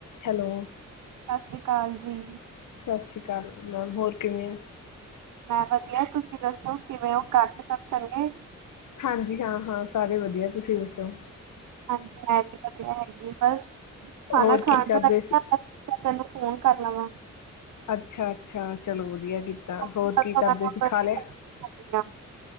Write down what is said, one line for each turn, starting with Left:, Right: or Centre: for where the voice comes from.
Left: Hello
Right: ਸਤਿ ਸ੍ਰੀ ਅਕਾਲ ਜੀ
Left: ਸਤਿ ਸ਼੍ਰੀ ਅਕਾਲ ਮੈਮ ਹੋਰ ਕਿਵੇਂ ਹੋਂ
Right: ਮੈਂ ਵਧੀਆ ਤੁਸੀਂ ਦੱਸੋ ਕਿਵੇਂ ਹੋ ਘਰ ਤੇ ਸਭ ਚੰਗੇ
Left: ਹਾਂਜੀ ਹਾਂ ਹਾਂ ਸਾਰੇ ਵਧੀਆ ਤੁਸੀਂ ਦੱਸੋ
Right: ਹਾਂਜੀ ਮੈਂ ਵੀ ਵਧੀਆ ਹੈਗੀ ਬਸ ਖਾਣਾ
Left: ਹੋਰ
Right: ਖਾਣ
Left: ਕੀ ਕਰਦੇ
Right: ਤਾਂ ਲੱਗਿਆ
Left: ਸੀ
Right: ਬ ਸਾ ਤੈਨੂੰ ਫੋਨ ਕਰਨਾ ਵਾ
Left: ਅੱਛਾ-ਅੱਛਾ ਚਲੋ ਵਧੀਆ। ਕੀਤਾ
Right: ਅੱਜ
Left: ਹੋਰ
Right: ਤਾਂ
Left: ਕੀ
Right: ਖਾਣਾ
Left: ਕਰਦੇ ਸੀ
Right: ਬੜੀ
Left: ਖਾ ਲਿਆ
Right: ਮੋਟੀ ਹੋ ਗਈ ਆ।